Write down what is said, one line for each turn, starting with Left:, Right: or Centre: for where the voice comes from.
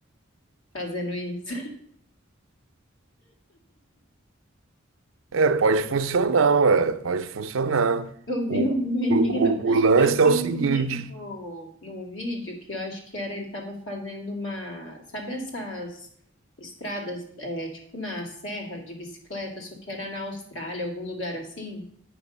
Left: fazendo isso.
Right: É, pode funcionar, ué, pode funcionar.
Left: Eu vi
Right: O,
Left: um menino,
Right: o, o, o lance
Left: eu
Right: é
Left: vi
Right: o
Left: um
Right: seguinte:
Left: menino no, num vídeo que eu acho que era, ele tava fazendo uma, sabe essas estradas, é, tipo na serra de bicicleta, só que era na Austrália, algum lugar assim?